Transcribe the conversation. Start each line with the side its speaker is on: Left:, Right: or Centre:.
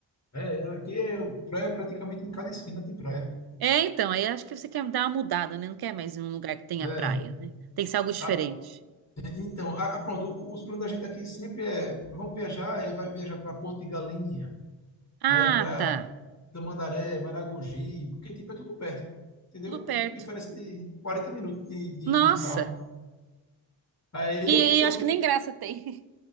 Left: é, aqui é praia praticamente em cada esquina tem praia.
Right: É, então, aí acho que você quer dar uma mudada, né? Não quer mais ir num lugar que tenha
Left: É.
Right: praia, né? Tem que ser algo diferente.
Left: Ah, e- então, ah, ah, pronto, o- os planos da gente aqui sempre é, vamos viajar, aí vai viajar para Porto de Galinha, aí
Right: Ah,
Left: para
Right: tá.
Left: Tamandaré, Maragogi, porque tipo é tudo perto, entendeu?
Right: Tudo perto.
Left: É tipo diferença de 40 minutos de, de,
Right: Nossa!
Left: de carro. Aí
Right: E,
Left: a pessoa
Right: e acho
Left: tipo,
Right: que nem graça tem.